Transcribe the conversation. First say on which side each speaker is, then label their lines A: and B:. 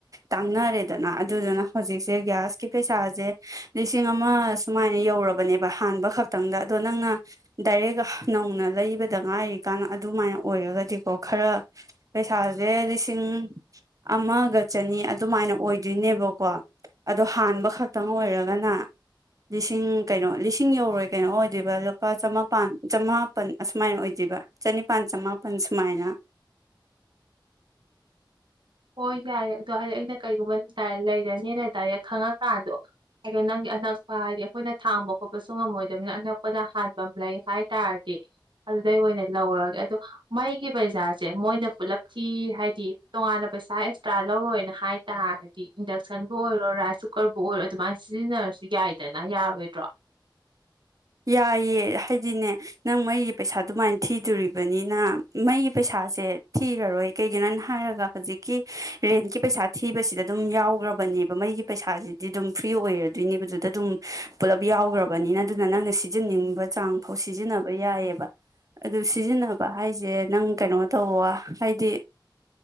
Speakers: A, on the right (about 45°); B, on the right (about 70°).
A: ꯇꯥꯡꯅꯔꯦꯗꯅ ꯑꯗꯨꯗꯨꯅ ꯍꯧꯖꯤꯛꯁꯦ ꯒ꯭ꯌꯥꯁꯀꯤ ꯄꯩꯁꯥꯁꯦ ꯂꯤꯁꯤꯡ ꯑꯃ ꯁꯨꯃꯥꯏꯅ ꯌꯧꯔꯕꯅꯦꯕ ꯍꯥꯟꯕ ꯈꯛꯇꯪꯗ ꯑꯗꯣ ꯅꯪꯅ ꯗꯥꯏꯔꯦꯛ ꯅꯧꯅ ꯂꯩꯕꯗ ꯉꯥꯏꯔꯤꯀꯥꯟꯅ ꯑꯗꯨꯃꯥꯏꯅ ꯑꯣꯏꯔꯒꯗꯤꯀꯣ ꯈꯔ ꯄꯩꯁꯥꯁꯦ ꯂꯤꯁꯤꯡ ꯑꯃꯒ ꯆꯅꯤ ꯑꯗꯨꯃꯥꯏꯅ ꯑꯣꯏꯗꯣꯏꯅꯦꯕꯀꯣ ꯑꯗꯣ ꯍꯥꯟꯕ ꯈꯛꯇꯪ ꯑꯣꯏꯔꯒꯅ ꯂꯤꯁꯤꯡ ꯀꯩꯅꯣ ꯂꯤꯁꯤꯡ ꯌꯧꯔꯣꯏ ꯀꯩꯅꯣ ꯑꯣꯏꯗꯣꯏꯕ ꯂꯨꯄꯥ ꯆꯃꯥꯄꯜ ꯆꯃꯥꯄꯜ ꯑꯁꯨꯃꯥꯏꯅ ꯑꯣꯏꯗꯣꯏꯕ ꯆꯅꯤꯄꯥꯜ ꯆꯃꯥꯄꯜ ꯁꯨꯃꯥꯏꯅ
B: ꯍꯣꯏ ꯌꯥꯏꯦ ꯑꯗꯣ ꯍꯥꯏꯗꯤ ꯑꯩꯅ ꯀꯩꯒꯨꯝꯕ ꯁꯇꯥꯏꯜ ꯂꯩꯔꯅꯤ ꯅ ꯍꯥꯏꯇꯥꯔꯦ ꯈꯪꯉꯛꯀꯥꯟꯗꯣ ꯑꯗꯣ ꯅꯪꯒꯤ ꯑꯅꯛꯄ ꯍꯥꯏꯗꯤ ꯑꯩꯈꯣꯏꯅ ꯊꯥꯡꯕ ꯈꯣꯠꯄꯁꯨ ꯉꯝꯃꯣꯏꯗꯕꯅꯤꯅ ꯑꯅꯛꯄꯗ ꯍꯥꯟꯕ ꯑꯃ ꯂꯩ ꯍꯥꯏ ꯇꯥꯔꯗꯤ ꯑꯗꯨꯗꯩ ꯑꯣꯏꯅ ꯂꯧꯔꯒꯦ ꯑꯗꯣ ꯃꯩꯒꯤ ꯕꯖꯥꯔꯁꯦ ꯃꯣꯏꯅ ꯄꯨꯂꯞ ꯊꯤ ꯍꯥꯏꯗꯤ ꯇꯣꯉꯥꯟꯅ ꯄꯩꯁꯥ ꯑꯦꯛꯁꯇ꯭ꯔꯥ ꯂꯧꯅ ꯍꯥꯏꯇꯥꯔꯒꯗꯤ ꯏꯟꯗꯛꯁꯟꯕꯨ ꯑꯣꯏꯔꯣ ꯔ ꯀꯔꯕꯨ ꯑꯣꯏꯔꯣ ꯑꯗꯨꯃꯥꯏꯅ ꯁꯤꯖꯤꯟꯅꯔꯁꯨ ꯌꯥꯏꯗꯅ ꯌꯥꯔꯣꯏꯗ꯭ꯔꯣ
A: ꯌꯥꯏꯌꯦꯦ ꯍꯥꯏꯗꯤꯅꯦ ꯅꯪ ꯃꯩꯒꯤ ꯄꯩꯁꯥ ꯑꯗꯨꯃꯥꯏꯅ ꯊꯤꯗꯣꯔꯤꯕꯅꯤꯅ ꯃꯩꯒꯤ ꯄꯩꯁꯥꯁꯦ ꯊꯤꯔꯔꯣꯏ ꯀꯩꯒꯤꯅꯣꯅ ꯍꯥꯏꯔꯒ ꯍꯧꯖꯤꯛꯀꯤ ꯔꯦꯟꯀꯤ ꯄꯩꯁꯥ ꯊꯤꯕꯁꯤꯗ ꯑꯗꯨꯝ ꯌꯥꯎꯈ꯭ꯔꯕꯅꯦꯕ ꯃꯩꯒꯤ ꯄꯩꯁꯥꯁꯤꯗꯤ ꯑꯗꯨꯝ ꯐ꯭ꯔꯤ ꯑꯣꯏꯔꯗꯣꯏꯅꯦꯕ ꯑꯗꯨꯗ ꯑꯗꯨꯝ ꯄꯨꯂꯞ ꯌꯥꯎꯈ꯭ꯔꯕꯅꯤꯅ ꯑꯗꯨꯅ ꯅꯪꯅ ꯁꯤꯖꯤꯟꯅꯅꯤꯡꯕ ꯆꯥꯡ ꯐꯥꯎ ꯁꯤꯖꯤꯟꯅꯕ ꯌꯥꯏꯑꯕ ꯑꯗꯨ ꯁꯤꯖꯤꯟꯅꯕ ꯍꯥꯏꯁꯦ ꯅꯪ ꯀꯩꯅꯣ ꯇꯧꯋ ꯍꯥꯏꯗꯤ